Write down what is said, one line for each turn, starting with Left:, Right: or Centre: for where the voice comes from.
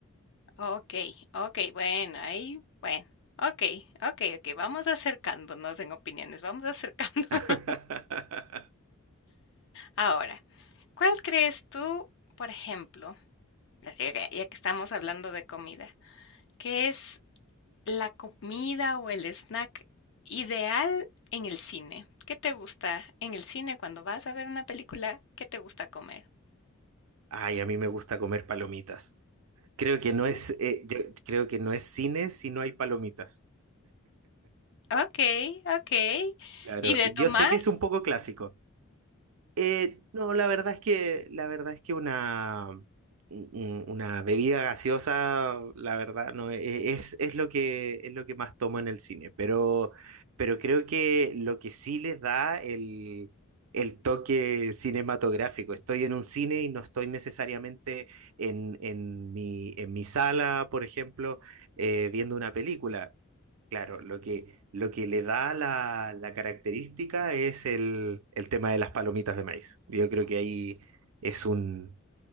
Left: Okey, okey, bueno, ahí, bueno, okey, okey, okey, vamos acercándonos en opiniones, vamos acercando. <laughs>
Right: <laughs>
Left: Ahora, ¿cuál crees tú, por ejemplo, ya que ya que estamos hablando de comida, qué es la comida o el snack ideal en el cine? ¿Qué te gusta en el cine cuando vas a ver una película? ¿Qué te gusta comer?
Right: Ay, a mí me gusta comer palomitas. Creo que no
Left: ¿Sí?
Right: es, eh, yo creo que no es cine si no hay palomitas.
Left: Okey, okey,
Right: Claro,
Left: ¿y de
Right: yo
Left: tomar?
Right: sé que es un poco clásico. Eh, no, la verdad es que, la verdad es que una, un- una bebida gaseosa, la verdad, no, e- es, es lo que, es lo que más tomo en el cine, pero, pero creo que lo que sí les da el, el toque cinematográfico. Estoy en un cine y no estoy necesariamente en, en mi, en mi sala, por ejemplo, eh, viendo una película. Claro, lo que, lo que le da la, la característica es el, el tema de las palomitas de maíz. Yo creo que ahí es un,